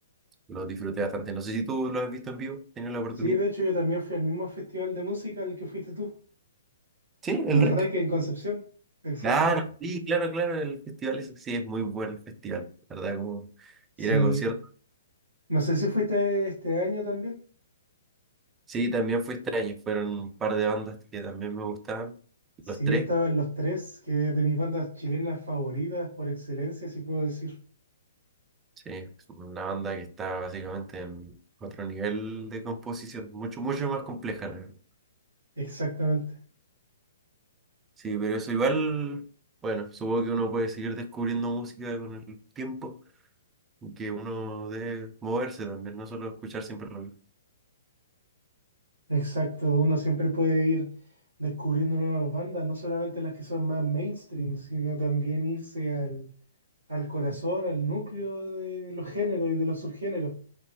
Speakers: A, on the right; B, on the right.
A: los disfruté bastante. No sé si tú los has visto en vivo, tenido la oportunidad.
B: Sí, de hecho yo también fui al mismo festival de música al que fuiste tú,
A: Sí, el
B: al
A: REC.
B: Reike en Concepción. Exacto.
A: Claro, sí, claro, claro, el festival es, sí, es muy buen el festival, la ¿verdad? Como
B: Sí.
A: ir a conciertos.
B: No sé si fuiste este año también.
A: Sí, también fui este año, fueron un par de bandas que también me gustaban,
B: Sí,
A: los tres.
B: estaban los tres, que es de mis bandas chilenas favoritas por excelencia, si puedo decir.
A: Sí, es una banda que está básicamente en otro nivel de composición, mucho, mucho más compleja, la verdad.
B: Exactamente,
A: Sí, pero eso igual, bueno, supongo que uno puede seguir descubriendo música con el tiempo, y que uno debe moverse también, no solo escuchar siempre lo mismo.
B: exacto. Uno siempre puede ir descubriendo nuevas bandas, no solamente las que son más mainstream, sino también irse al, al corazón, al núcleo de los géneros y de los subgéneros.